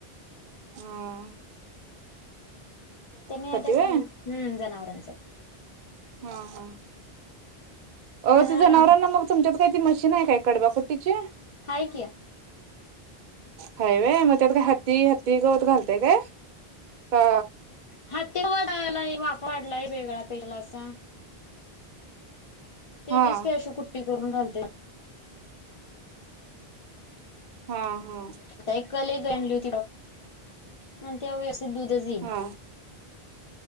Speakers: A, on the right (about 55°); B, on the left (about 45°).
A: हम्
B: तेनी या टाईमाल
A: व्हय
B: हम्म जनावर <inaudible>
A: हा हा अ
B: तर
A: ते जनावरांना मग तुमच्यात ती मशीन आहे काय कडबाकुट्टीचे.
B: हाय की
A: हायवे म त्यात का हाती हात ती गवत घालतेय काय? हा
B: ह तेवड लई वाप वाढलाय वेगळा <unintelligible> पेरलासा तेजेस
A: हा
B: कय अश कुट्टी करून घालते.
A: हा हम्
B: आता एक कल एक आणि त्या व <unintelligible> सिद्धु द झीना
A: हा
B: <unintelligible>